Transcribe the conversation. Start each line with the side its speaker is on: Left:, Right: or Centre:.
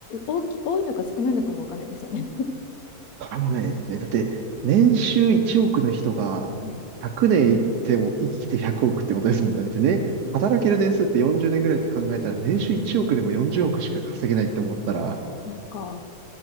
Left: 大き、多いのか少ないのかもわかんないですよね。
Right: わかんないですね。だって、年収1億の人が100年生きても、
Left: うん。
Right: 生きて100億ってことですもんね。だってね、働ける年数って40年ぐらいって考えたら、年収1億でも40億しか稼げないって思ったら、
Left: そうか、